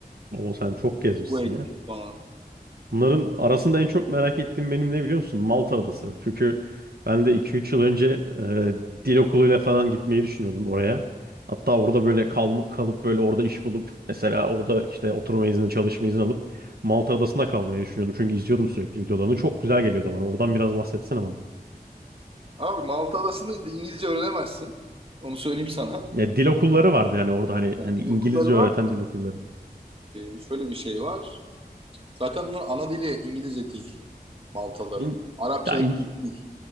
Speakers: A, on the right; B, on the right.
A: O sen çok gezmişsin
B: Kuveyt
A: ya.
B: falan.
A: Bunların arasında en çok merak ettiğim benim ne biliyor musun? Malta Adası. Çünkü ben de iki üç yıl önce e, dil okuluyla falan gitmeyi düşünüyordum oraya. Hatta orada böyle kal kalıp böyle orada iş bulup mesela orada işte oturma izni, çalışma izni alıp Malta Adası'nda kalmayı düşünüyordum. Çünkü izliyordum sürekli videolarını. Çok güzel geliyordu bana. Oradan biraz bahsetsene bana.
B: Abi Malta Adası'nda İngilizce öğrenemezsin. Onu söyleyeyim sana.
A: Ya, dil okulları vardı yani orada hani
B: Yani
A: hani İngilizce
B: okulları
A: öğreten
B: var. mı?
A: dil okulları.
B: E, şöyle bir şey var. Zaten bunlar ana dili İngilizce değil Maltaların.
A: Hı,
B: Arapça
A: Ya İngi-
B: değil.